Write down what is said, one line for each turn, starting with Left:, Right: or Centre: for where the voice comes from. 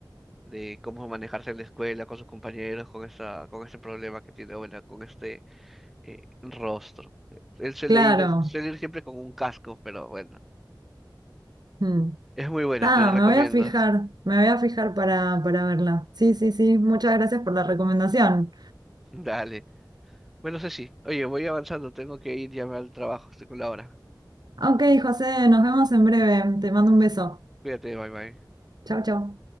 Centre: de cómo manejarse en la escuela con sus compañeros, con esa, con ese problema que tiene, bueno, con este eh, rostro. Él suele
Right: claro.
Centre: ir, suele ir siempre con un casco, pero bueno,
Right: Mm.
Centre: es muy buena,
Right: Ah,
Centre: te la recomiendo.
Right: me voy a fijar, me voy a fijar para, para verla. Sí, sí, sí, muchas gracias por la recomendación.
Centre: <laughs> Dale. Bueno, Ceci, oye, voy avanzando, tengo que ir ya al trabajo, estoy con la hora.
Right: Ok, José, nos vemos en breve. Te mando un beso.
Centre: Cuídate, bye bye.
Right: Chau, chau.